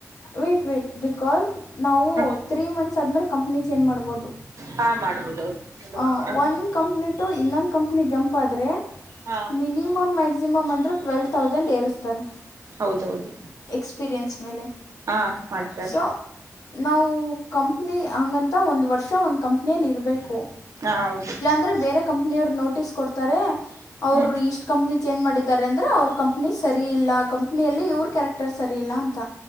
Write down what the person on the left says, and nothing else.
ವೆಟ್ ವೆಟ್ ಬಿಕಾಸ್ ನಾವು
ತ್ರೀ ಮಂತ್ಸ್ ಆದ್ಮೇಲೆ ಕಂಪ್ನಿ ಚೇಂಜ್ ಮಾಡ್ಬೋದು.
ಆ
ಒನ್ ಕಂಪ್ನಿ ಟು ಇನ್ನೊಂದು ಕಂಪ್ನಿ ಜಂಪ್ ಆದ್ರೆ.
ಮಿನಿಮಮ್ ಮ್ಯಾಕ್ಸಿಮ್ ಅಂದ್ರು ಟ್ವಲ್ ತೌಸಂಡ್ ಏರಿಸ್ತಾರೆ.
ಎಕ್ಸ್ಪೀರಿಯೆನ್ಸ್ ಮೇಲೆ
ಸೊ ನಾವು ಕಂಪ್ನಿ ಹಂಗಂತ ಒಂದು ವರ್ಷ ಒಂದು ಕಂಪ್ನಿಯಲ್ಲಿ ಇರಬೇಕು.
ಅಂದ್ರೆ ಬೇರೆ ಕಂಪನಿಯವ್ರು ನೋಟಿಸ್ ಕೊಡ್ತಾರೆ ಅವ್ರು
ಇಷ್- ಕಂಪ್ನಿ ಚೇಂಜ್ ಮಾಡಿದ್ದಾರೆ ಅಂದ್ರೆ ಅವ್ರ ಕಂಪ್ನಿ ಸರಿ ಇಲ್ಲ ಕಂಪನಿಯಲ್ಲಿ ಇವ್ರ ಕ್ಯಾರೆಕ್ಟರ್ ಟಕ್ಟರ್ ಸರಿ ಇಲ್ಲ ಅಂತ.